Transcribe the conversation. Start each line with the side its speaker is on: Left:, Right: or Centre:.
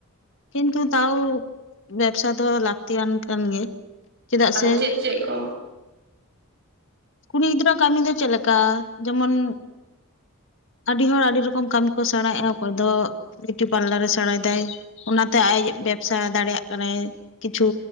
Left: ᱠᱤᱱᱛᱩ ᱛᱟᱣ ᱵᱮᱵᱥᱟ ᱫᱚ ᱞᱟᱹᱠᱛᱤᱭᱟᱱ ᱠᱟᱱ ᱜᱮ ᱪᱮᱫᱟᱜ
Right: ᱟᱫᱚ
Left: ᱥᱮ
Right: ᱪᱮᱫ ᱪᱮᱜ ᱠᱚ
Left: ᱠᱩᱲᱤ ᱜᱤᱫᱽᱨᱟᱹ ᱠᱟᱹᱢᱤ ᱫᱚ ᱪᱮᱫ ᱞᱮᱠᱟ ᱡᱮᱢᱚᱱ ᱟᱹᱰᱤ ᱦᱚᱲ ᱟᱹᱰᱤ ᱨᱚᱠᱚᱢ ᱠᱟᱹᱢᱤ ᱠᱚ ᱥᱮᱬᱟᱭᱮᱜᱼᱟ ᱚᱠᱚᱭ ᱫᱚ ᱵᱤᱣᱩᱴᱤ ᱯᱟᱨᱞᱟᱨ ᱮ ᱥᱮᱬᱟᱭ ᱫᱟᱭ ᱚᱱᱟᱛᱮ ᱟᱡ ᱵᱮᱵᱥᱟ ᱫᱟᱲᱮᱭᱟᱜ ᱠᱟᱱᱟᱭ ᱠᱤᱪᱷᱩ